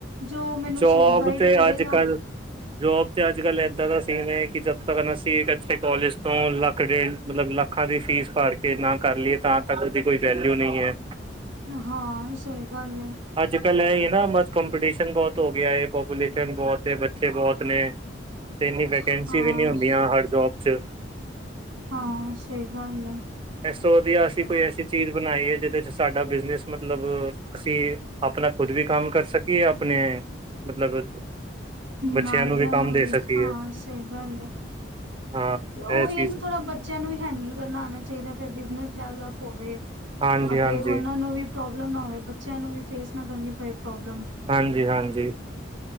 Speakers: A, on the right (about 80°); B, on the right (about 25°).
A: ਜੋ ਮੈਨੂੰ
B: ਜੋਬ
A: ਸਹੀ ਗਾਈਡ
B: ਤੇ
A: ਕਰੇਗਾ
B: ਅੱਜ ਕੱਲ੍ਹ ਜੋਬ ਤੇ ਅੱਜ ਕੱਲ ਇਏਦਾਂ ਦਾ ਸੀਨ ਹੈ, ਕਿ ਜਦ ਤਕਨ ਅਸੀ ਇਥੇ ਕਾਲਜ ਤੋਂ ਲੱਖ ਡੇਢ ਮਤਲਬ ਲੱਖ ਅੱਖਾਂ ਦੀ ਫੀਸ ਭਰ ਕੇ ਨਾ ਕਰ ਲਈਏ ਤਾਂ ਤੱਕ ਉਹਦੀ ਕੋਈ ਵੈਲਿਊ ਨਹੀਂ ਹੈ
A: ਹਾਂ ਸਹੀ ਗੱਲ ਹੈ
B: ਅੱਜ ਕੱਲ੍ਹ ਇਹ ਹੀ ਨਾ ਬਸ ਕੰਪੀਟੀਸ਼ਨ ਬਹੁਤ ਹੋ ਗਿਆ ਹੈ ਪਪੂਲੇਸ਼ਨ ਬਹੁਤ ਬੱਚੇ ਬਹੁਤ ਨੇ
A: <inaudible>
B: ਤੇ ਇੰਨੀ ਵੈਕੈਂਸੀ
A: ਹਾਂ।
B: ਵੀ ਨਹੀਂ ਹੁੰਦੀਆਂ ਹਰ ਜੋਬ ਚ-
A: ਹਾਂ ਸਹੀ ਗੱਲ ਹੈ।
B: ਇਸ ਤੋ ਵਧੀਆ ਅਸੀਂ ਕੋਈ ਐਸੀ ਚੀਜ਼ ਬਣਾਈ ਹੈ, ਜਿਹਦੇ ਚ ਸਾਡਾ ਬਿਜਨਸ ਮਤਲਬ ਅਸੀਂ ਆਪਣਾ ਖੁਦ ਵੀ ਕੰਮ ਕਰ ਸਕੀਏ ਆਪਣੇ ਮਤਲਬ ਬੱਚਿਆਂ
A: ਨਾਲਦਿਆਂ
B: ਕੰਮ
A: ਨੂੰ
B: ਦੇ
A: ਵੀ
B: ਸਕੀਏ
A: ਹਾਂ ਸਹੀ ਗੱਲ ਹੈ।
B: ਹਾਂ
A: ਤੇ ਉਹੀ
B: ਇਹ ਚੀਜ਼
A: ਹੈ ਨਾ ਥੋੜਾ ਬੱਚਾ ਬੱਚਿਆਂ ਨੂੰ ਵੀ ਹੈਂਡਲ ਕਰਨਾ ਆਉਣਾ ਚਾਹੀਦਾ। ਫਿਰ ਬਿਜਨਸ ਡੈਵਲਪ ਹੋਵੇ
B: ਹਾਂਜੀ
A: ਅੱਗੇ
B: ਹਾਂਜੀ
A: ਉਹਨਾਂ ਨੂੰ ਵੀ ਪ੍ਰੋਬਲਮ ਨਾ ਹੋਵੇ ਬੱਚਿਆਂ ਨੂੰ ਵੀ ਫੇਸ ਨਾ ਕਰਨੀ ਪਏ ਪ੍ਰੋਬਲਮ
B: ਹਾਂਜੀ, ਹਾਂਜੀ